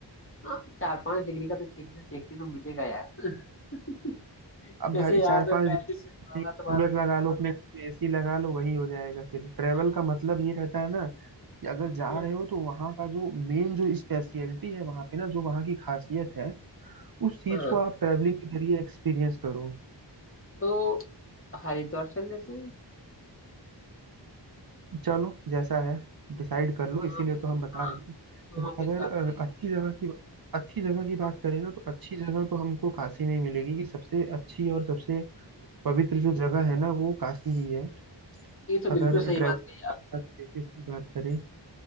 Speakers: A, on the left (about 30°); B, on the right (about 55°).
A: हाँ चार पांच डिग्री का तो चेंजेस देखने को मिलेगा यार <laughs>
B: अब
A: जैसे
B: भाई चार
A: यहाँ पे
B: पांच
A: पैंतीस
B: दिन
A: होगा तो वहां
B: कूलर
A: तो तीस
B: लगा लो अपने घर में एसी लगा लो वही हो जाएगा फिर ट्रैवल
A: हाँ
B: का मतलब
A: ठीक है।
B: ये रहता है ना कि अगर जा
A: हाँ
B: रहे हो तो वहाँ का जो मेन जो स्पेशलिटी है वहाँ पे ना जो वहाँ की खासियत है उस चीज
A: हाँ हाँ।
B: को आप ट्रैवलिंग के जरिए एक्सपीरियंस करो
A: तो हरिद्वार चल लेते हैं
B: चलो जैसा है डिसाइड कर लो
A: वहां
B: इसीलिए
A: पे
B: तो
A: हाँ
B: हम बता रहे हैं
A: वहां
B: देखो
A: पे
B: अगर
A: काफी
B: अ, अच्छी जगह की अच्छी जगह
A: हाँ,
B: की बात करें ना तो अच्छी जगह तो हमको काशी में ही मिलेगी कि सबसे अच्छी और सबसे पवित्र जो जगह है ना वो काशी ही है
A: ये तो
B: अगर
A: बिल्कुल सही
B: ट्रैवल
A: बात कही आप
B: प्लेसेस की बात करें